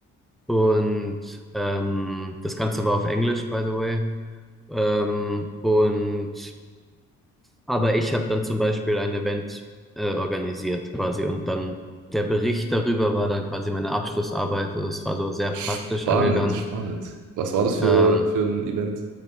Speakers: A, in the centre; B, on the right.
A: und ähm, das Ganze war auf Englisch, by the way. Ähm, und aber ich habe dann zum Beispiel ein Event äh, organisiert quasi und dann der Bericht darüber war dann quasi meine Abschlussarbeit. Also es war so sehr
B: Spannend,
A: praktisch angegangen.
B: spannend. Was war das für,
A: Ähm,
B: für ein Event?